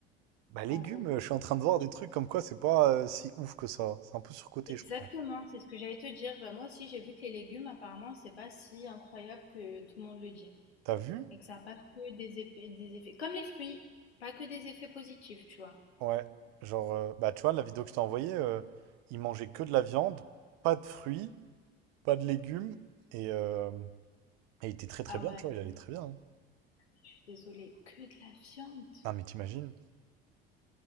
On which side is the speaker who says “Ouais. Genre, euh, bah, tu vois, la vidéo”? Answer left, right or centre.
Right